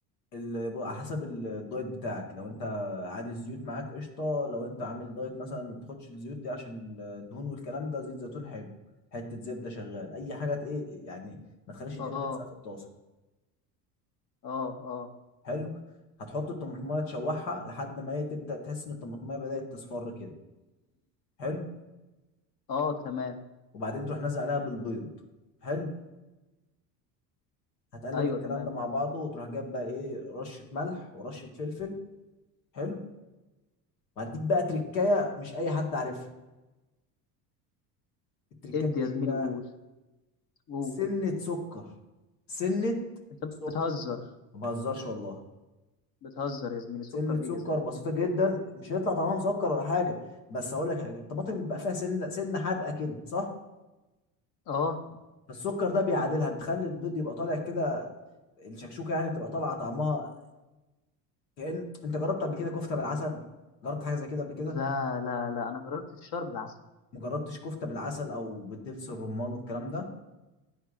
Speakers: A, on the left (about 85°); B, on the left (about 45°).
A: ال- على حسب الدايت بتاعك لو انت عادي الزيوت معاك قشطة لو انت عامل دايت مثلا ما بتاخدش الزيوت دي عشان الدهون والكلام ده زيت زيتون حلو حتة زبدة شغال أي حاجة ت- ايه يعني ما تخليش الدنيا
B: اه
A: تلزق في الطاسة
B: اه اه
A: حلو هتحط الطماطماية تشوحها لحد ما هي تبدأ تحس إن الطماطماية بدأت تصفر كده حلو
B: اه تمام
A: وبعدين تروح نازل عليها بالبيض حلو هتقلب
B: ايوه
A: الكلام
B: تمام
A: ده مع
B: كمل
A: بعضه وتروح جايب بقى ايه رشة ملح ورشة فلفل حلو وهديك بقى تركايه مش اي حد عارفها التركايه
B: ادي
A: دي
B: يا زميلي
A: ايه بقى
B: قول قول
A: سنه سكر سنه
B: انت
A: سكر
B: بتهزر
A: ما بهزرش والله
B: بتهزر يا زميلي سكر
A: سنه
B: ايه
A: سكر
B: يا زميلي
A: بسيطه جدا مش هيطلع طعمها مسكر ولا حاجه بس هقول لك حاجه الطماطم بيبقى فيها سنه سنه حادقه كده صح
B: اه
A: فالسكر ده بيعادلها بتخلي البيض يبقى طالع كده الشكشوكه يعني تبقى طالعه طعمها كأن انت جربت قبل كده كفته بالعسل جربت حاجه زي كده قبل كده
B: لا لا لا انا جربت الفشار بالعسل
A: مجربتش كفته بالعسل او بالدبس الرمان والكلام ده